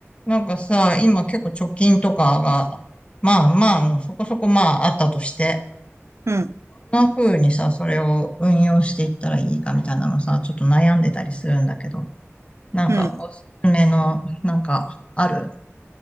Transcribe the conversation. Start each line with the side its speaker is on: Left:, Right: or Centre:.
Left: なんかさ、今結構貯金とかが、まあまああの、そこそこまああったとして、
Right: うん、
Left: こんな風にさ、それを運用していったらいいかみたいなのさ、ちょっと悩んでたりするんだけど、なんかおすすめの、
Right: うん。
Left: なんか、ある